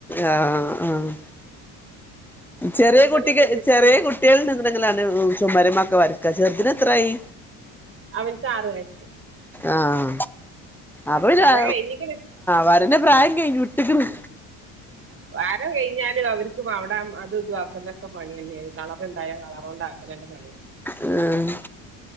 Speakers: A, in the centre; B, on the right.
A: ആഹ് ആഹ് ചെറിയ
B: വീട്
A: കുട്ടിക്ക്
B: പണിയൊക്കെ ഒരുവിധം
A: ചെറിയ
B: കഴിഞ്ഞ്
A: കുട്ടികള് ണ്ടങ്കിലാണ് ചുമര്മാക്കെ വരക്ക ചെറുതിന് എത്രായി?
B: അവനിക്ക് ആറുവയസ്സ്
A: ആഹ അപ്പൊ പിന്നെആ
B: വര കഴിഞ്ഞിക്കണ്
A: വരന്റെ പ്രായം കഴിഞ്ഞുവിട്ട്ക്ണ്
B: ആ വര കഴിഞ്ഞാലുഅവർക്ക് അവിട അത് ഇതുവാക്കുന്നൊക്കെ പണി തന്നെയാണ് കളർണ്ടായൽ കളറോണ്ട് ആക്കല ന്നെ പണി
A: ഉം